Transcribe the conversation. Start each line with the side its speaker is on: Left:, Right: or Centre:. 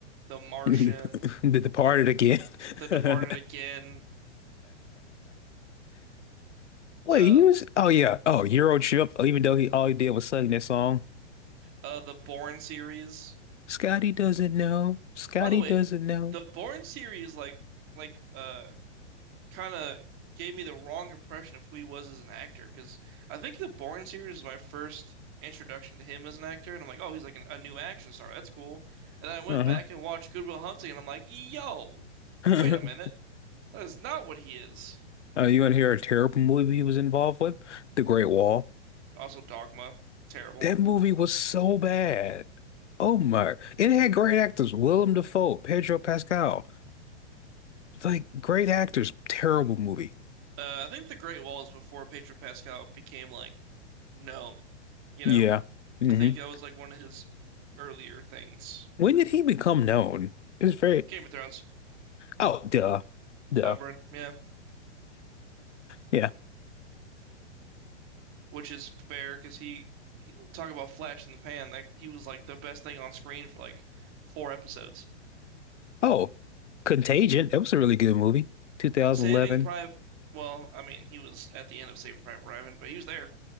Right: The
Left: <laughs>
Right: Martian,
Left: Did the part again.
Right: The Departed
Left: <laughs>
Right: again,
Left: Wait,
Right: uh,
Left: he was oh yeah. Oh, Euro Trip, even though he all he did was sing that song.
Right: uh, the Bourne series.
Left: Scotty doesn't know. Scotty
Right: By the way,
Left: doesn't know.
Right: the Bourne series like like uh kind of gave me the wrong impression of who he was as an actor because I think the Bourne series was my first introduction to him as an actor, and I'm like, oh, he's like an, a new action star. That's cool. And then I went
Left: Uh-huh.
Right: back and watched Good Will Hunting, and I'm like, yo,
Left: <laughs>
Right: wait a minute, that is not what he is.
Left: Uh, you want to hear a terrible movie he was involved with? The Great Wall.
Right: Also, Dogma, terrible.
Left: That movie was so bad. Oh my. It had great actors. Willem Dafoe, Pedro Pascal. Like great actors. Terrible movie.
Right: Uh, I think The Great Wall is before Pedro Pascal became like known. You
Left: Yeah.
Right: know,
Left: hmm
Right: I think that was like one of his earlier things.
Left: When did he become known? It's very
Right: Game of Thrones,
Left: Oh, duh. Duh.
Right: Oberyn, yeah.
Left: Yeah.
Right: which is fair because he, he talk about flash in the pan. Like he was like the best thing on screen for like four episodes.
Left: Oh, Contagion. That was a really good movie. 2011.
Right: Saving Private. Well, I mean, he was at the end of Saving Private Ryan, but he was there.